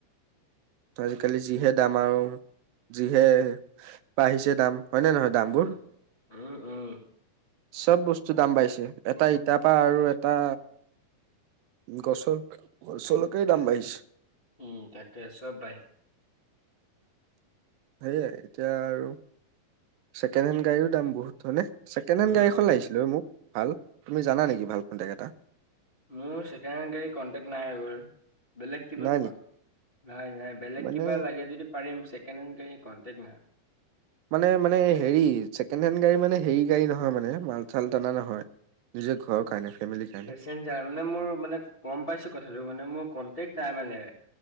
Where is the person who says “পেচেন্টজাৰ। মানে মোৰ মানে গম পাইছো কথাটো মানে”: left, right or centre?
Left